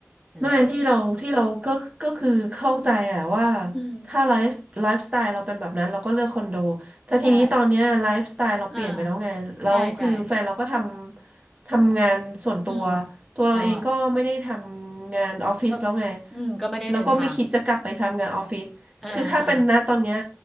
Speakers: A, in the centre; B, on the right (about 25°).
A: นั่นแหละ
B: ด้วยที่เราที่เราก็ก็คือเข้าใจอะว่า
A: อืมอืม
B: ถ้าไลฟ์ไลฟ์สไตล์เราเป็นแบบนั้นเราก็เลือกคอนโดแต่ทีนี้ตอนเนี้ยไลฟ์สไตล์เราเปลี่ยนไปแล้วไงแล้วคือแฟนเราก็ท
A: ใช่อ่าใช่ใช่
B: ำทำงานส่วนตัว
A: อืม
B: ตัวเราเองก็ไม่ได้ทำงานออฟฟิศแล้วไง
A: อ๋อ ก็อืมก็ไม่ได้เดินทาง
B: แล้วก็ไม่คิดจะกลับไปทำงานออฟฟิศคือถ้าเป็นณตอนเนี้ย
A: อ่าอ่า